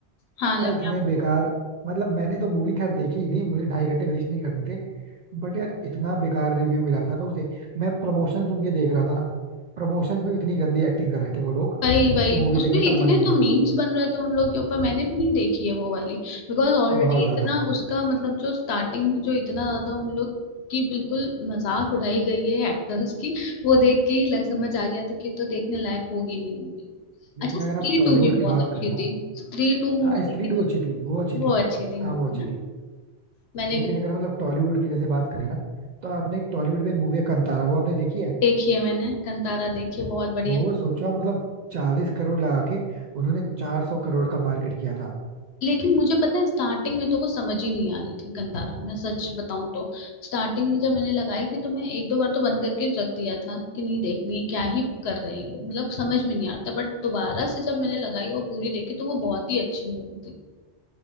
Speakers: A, on the left; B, on the right.
A: हाँ लव
B: आ, इतने बेकार मतलब मैंने तो मूवी खैर देखी ही नहीं मुझे ढाई घंटे वेस्ट नहीं करने थे बट यार इतना बेकार रिव्यू मिला था तो उसे मैं प्रमोशन सुन के देख रहा था ना प्रमोशन पे इतनी गंदी एक्टिंग कर रहे थे वो लोग
A: वही वही
B: कि मूवी
A: उसमें
B: देखने का
A: इतने
B: मन ही नहीं
A: तो
B: हुआ
A: मीम्स बन रहे थे उन लोग के ऊपर मैंने भी नहीं देखी है वो वाली बिकॉज ऑलरेडी
B: बहुत
A: इतना
B: ज्यादा
A: उसका मतलब जो स्टार्टिंग में जो इतना ज्यादा उन लोग की बिल्कुल मजाक उड़ाई गई है एक्टर्स की वो देख के ही लग, समझ आ गया था कि ये तो देखने लायक होगी नहीं मूवी
B: लेकिन
A: अच्छा स्त्री
B: अगर आप टॉलीवुड
A: टू भी बहुत
B: की बात
A: अच्छी
B: करो ना
A: थी स्त्री टू मूवी
B: हाँ स्त्री
A: देखी
B: टू
A: थी
B: अच्छी थी वो अच्छी
A: वो
B: थी
A: अच्छी थी
B: हाँ
A: मूवी
B: वो अच्छी
A: ना
B: थी
A: मैंने
B: लेकिन
A: भी
B: अगर मतलब टॉलीवुड की जैसे बात करें ना तो आपने एक टॉलीवुड में एक मूवी है कांतारा वो आपने देखी है
A: देखी है मैंने कंतारा देखी है बहुत बढ़िया
B: वो सोचो आप मतलब चालीस करोड़ लगा के उन्होंने चार सौ करोड़ का मार्केट किया था
A: लेकिन मुझे पता है स्टार्टिंग में तो वो समझ ही नहीं आ रही थी कंतारा मैं सच बताऊं तो स्टार्टिंग में जब मैंने लगाई थी तो मैं एक दो बार तो बंद करके रख दिया था कि नहीं देखनी है क्या ही कर रहे हैं ये लोग मतलब समझ में नहीं आता बट दोबारा से जब मैंने लगाई और पूरी देखी तो वो बहुत ही अच्छी मूवी थी